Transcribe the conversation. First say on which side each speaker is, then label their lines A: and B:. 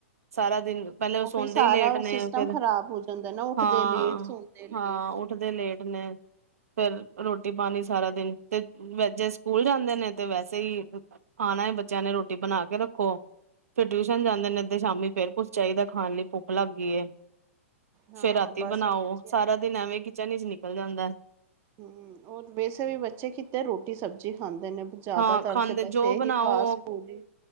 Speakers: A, on the right; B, on the right.
A: ਸਾਰਾ ਦਿਨ ਪਹਿਲੇ ਉਹ ਸੌਂਦੇ
B: ਫਿਰ ਸਾਰਾ
A: ਹੀ ਲੇਟ ਨੇ,
B: ਸਿਸਟਮ
A: ਫਿਰ
B: ਖ਼ਰਾਬ ਹੋ ਜਾਂਦਾ ਨਾ ਉੱਠਦੇ
A: ਹਾਂ,
B: ਲੇਟ ਸੌਦੇ ਲੇਟ
A: ਹਾਂ ਦੇ ਲੇਟ ਨੇ। ਫਿਰ ਰ੍ਹੋਟੀ-ਪਾਣੀ ਸਾਰਾ ਦਿਨ, ਤੇ ਵਿੱਚ ਜੇ ਸਕੂਲ ਜਾਂਦੇ ਨੇ, ਤੇ ਵੈਸੇ ਹੀ ਆਣਾ ਏ ਬੱਚਿਆਂ ਨੇ, ਰੋਟੀ ਬਣਾਕੇ ਰੱਖੋ। ਫਿਰ ਟਿਊਸ਼ਨ ਜਾਂਦੇ ਨੇ, ਤੇ ਸ਼ਾਮੀ ਫਿਰ ਕੁਛ ਚਾਹੀਦਾ ਖਾਣ ਲਈ ਭੁੱਖ ਲੱਗ ਗਈ ਏ।
B: ਹਾਂ
A: ਫਿਰ ਰ੍ਹਾਤੀ
B: ਬਸ
A: ਬਣਾਓ,
B: ਉਹ ਬੱਚੇ
A: ਸਾਰਾ ਦਿਨ ਐਵੇਂ ਕਿਚਨ'ਚ ਨਿਕਲ ਜਾਂਦਾ।
B: ਹੂੰ, ਔਰ ਵੈਸੇ ਵੀ ਬੱਚੇ ਕਿਤੇ ਰੋਟੀ, ਸਬਜ਼ੀ ਖਾਂਦੇ ਨੇ। ਜ਼ਿਆਦਾਤਰ
A: ਹਾਂ ਖਾਂਦੇ
B: ਤੇ ਬਸ
A: ਜੋ
B: ਇਹੀ
A: ਬਣਾਓ
B: ਫਾਸ-ਫੂਡ ਹੀ।